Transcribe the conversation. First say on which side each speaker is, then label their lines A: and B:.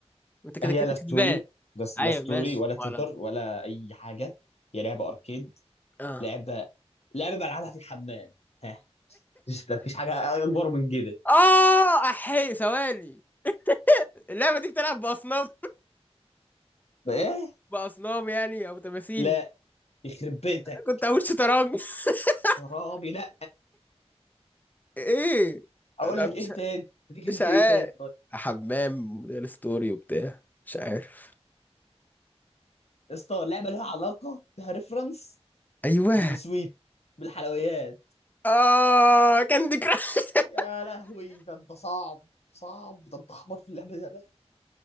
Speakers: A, on the left; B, on the left.
A: انت كده
B: هي
A: كده
B: لا
A: كسبان
B: ستوري بس لا
A: ايوه
B: ستوري
A: ماشي
B: ولا
A: ولا
B: شوتر ولا اي حاجه هي لعبه اركيد
A: اه
B: لعبه لعبه بلعبها في الحمام ها مش مفيش حاجه اكبر من كده
A: <laughs> اه احي ثواني اللعبة دي بتلعب بأصناف
B: ايه
A: بأصنام يعني أو تماثيل
B: لا يخرب بيتك
A: كنت هقول شطرنج <laughs>
B: حرامي لا
A: ايه
B: اقول
A: لا
B: لك
A: مش
B: ايه
A: ه-
B: تاني اديك انت
A: مش عارف
B: ايه تاني طيب
A: حمام غير ستوري وبتاع مش عارف
B: يا اسطى لعبه لها علاقه فيها ريفرنس
A: ايوه
B: بالسويت بالحلويات
A: اه كاندي كراش <laughs>
B: يا لهوي ده انت صعب صعب ده انت حمار في اللعبه دي يا لهوي